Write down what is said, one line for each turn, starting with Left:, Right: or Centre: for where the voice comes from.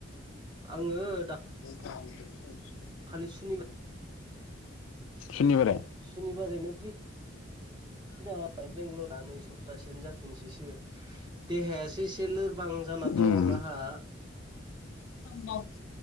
Right: आङो दा
Left: <inaudible>
Right: खालि सुनि
Left: शनिबारै
Right: शुनिबारैनो फै <unintelligible> बेंगलरा नै सप्तासेयानो जाफिननोसैसो देहायासो एसे लोरबां जाना दं
Left: उम
Right: आंहा
Left: <inaudible>